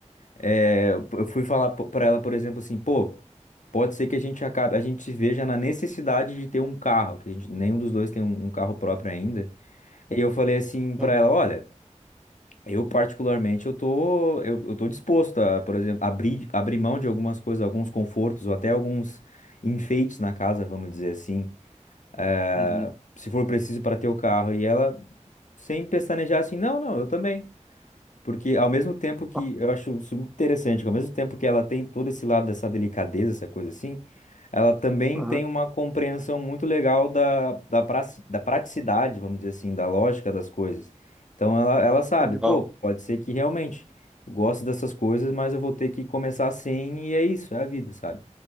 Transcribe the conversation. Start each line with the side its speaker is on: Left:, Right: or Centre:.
Left: eh, eu eu fui falar para ela, por exemplo, assim, pô, pode ser que a gente acabe, a gente se veja na necessidade de ter um carro, que a gente, nenhum dos dois tem um um carro próprio ainda. E eu falei assim para
Centre: Uhum,
Left: ela, olha eu, particularmente, eu tô, eu, eu tô disposto a, por exemplo, abrir, abrir mão de algumas coisas, alguns confortos ou até alguns enfeites na casa, vamos dizer assim, Ah,
Centre: uhum,
Left: se for preciso para ter o carro. E ela, sem pestanejar, assim, não, não, eu também. Porque ao mesmo tempo que
Centre: uhum,
Left: eu acho isso muito interessante, que ao mesmo tempo que ela tem todo esse lado dessa delicadeza, essa coisa assim, ela também
Centre: uhum,
Left: tem uma compreensão muito legal da, da, praci- da praticidade, vamos dizer assim, da lógica das coisas. Então ela, ela sabe,
Centre: legal.
Left: pô, pode ser que realmente eu gosto dessas coisas, mas eu vou ter que começar assim e é isso, é a vida, sabe?